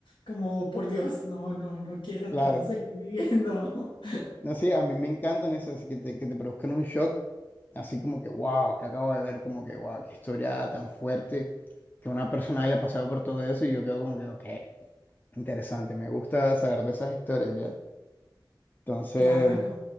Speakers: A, on the left; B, on the left.
A: como, "Oh, por Dios, no, no, no quiero,
B: claro.
A: quiero seguir viviendo. <laughs>
B: No, sí, a mí me encantan esas que te, que te produzcan un shock, así como que, wow, que acabo de ver, como que, wow, qué historia tan fuerte, que una persona haya pasado por todo eso y yo quedo como que, ok, interesante, me gusta saber de esas historias, ¿ya? Entonces,
A: Claro,